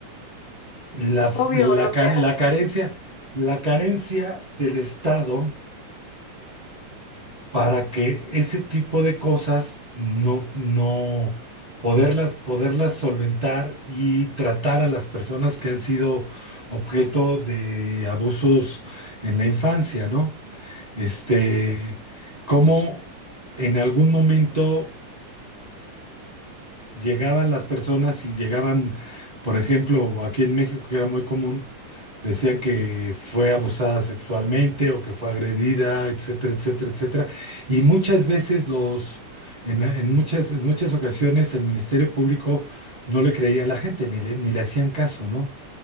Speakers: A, on the right; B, on the left.
A: la,
B: Obvio
A: la,
B: lo
A: ca-
B: que
A: la
B: haces.
A: carencia, la carencia del Estado para que ese tipo de cosas no, no poderlas, poderlas solventar y tratar a las personas que han sido objeto de abusos en la infancia, ¿no? Este,
B: Sí.
A: cómo en algún momento llegaban las personas y llegaban, por ejemplo, aquí en México, que era muy común, decían que fue abusada sexualmente o que fue agredida, etcétera, etcétera, etcétera. Y muchas veces los, en, en muchas, en muchas ocasiones el Ministerio Público no le creía a la gente, ni le, ni le hacían caso, ¿no?